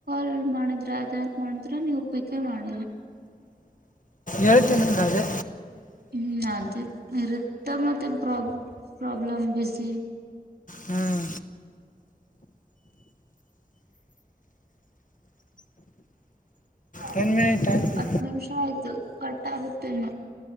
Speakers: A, on the right; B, on the left.
A: ಲ್ ಮಾಡಿದ್ರ ಅಂತ ಮಾಡಿದ್ರ ನೀ ಒಪ್ಪಿಕ ಮಾಡ
B: ಎಳತ್ತಿನ ಅದು
A: ಹ್ಮ್ ಅದೇ ಇರುತ್ತ ಮತ್ತೆ ಪ್ರಬ್ ಪ್ರೊಬ್ಲಮ್ ಬಝಿ
B: ಹಾಂ
A: ಆಯ್ತು
B: ಟೆನ್ ಮಿನಿಟ್ ಆಯ್ತು
A: ಹತ್ ನಿಮಿಷ ಆಯ್ತು ಕಟ್ಟ ಆಗುತ್ತೆ ಇನ್ನು